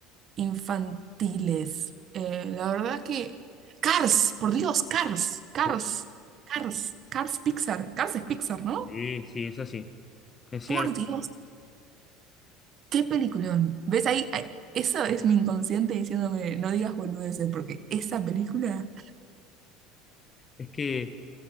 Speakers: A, on the right; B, on the left.
A: infantiles. Eh, la verdad que... Cars, por Dios, Cars, Cars,
B: Uh,
A: Cars, Cars Pixar, Cars es Pixar, ¿no?
B: sí, sí, es así, es cierto.
A: Por Dios, qué peliculón. ¿Ves ahí? Ahí- Eso es mi inconsciente diciéndome, no digas boludeces, porque esa película
B: Es que,